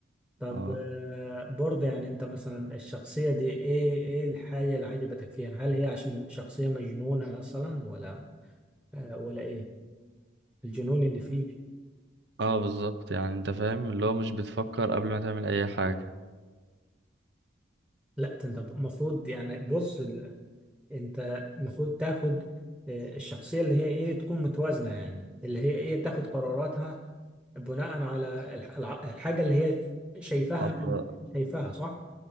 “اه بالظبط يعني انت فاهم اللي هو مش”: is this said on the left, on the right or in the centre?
Right